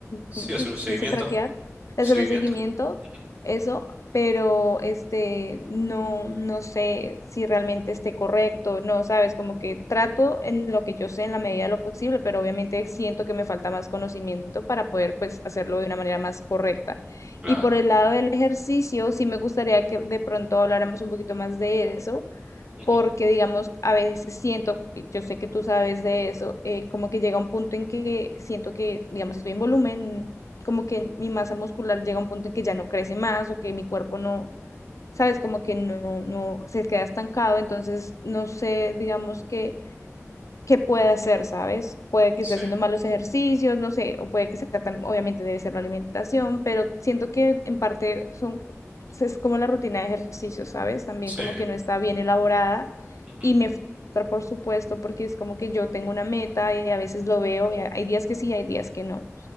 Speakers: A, on the right; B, on the left.
A: sí,
B: ¿cómo se,
A: hacer un
B: se
A: seguimiento,
B: dice traquear? De
A: seguimiento.
B: hacer un seguimiento,
A: Ujú,
B: eso, pero este, no, no sé si realmente esté correcto, no, sabes, como que trato en lo que yo sé en la medida de lo posible, pero obviamente siento que me falta más conocimiento para poder, pues, hacerlo de una manera más correcta.
A: Claro.
B: Y por el lado del ejercicio, sí me gustaría que de pronto habláramos un poquito más de eso,
A: Ujú.
B: porque digamos, a veces siento, y yo sé que tú sabes de eso, eh, como que llega un punto en que siento que, digamos, si estoy en volumen, como que mi masa muscular llega a un punto en que ya no crece más o que mi cuerpo no, sabes, como que no, no se queda estancado, entonces no sé, digamos que que puede hacer, ¿sabes? Puede que
A: Sí,
B: esté haciendo malos ejercicios, no sé, o puede que sea, tam- obviamente debe ser la alimentación, pero siento que en parte son, es como la rutina de ejercicios, ¿sabes? También
A: sí,
B: como que no está bien elaborada
A: ujú,
B: y me frustra, por supuesto, porque es como que yo tengo una meta y a veces lo veo y a- hay días que sí, hay días que no.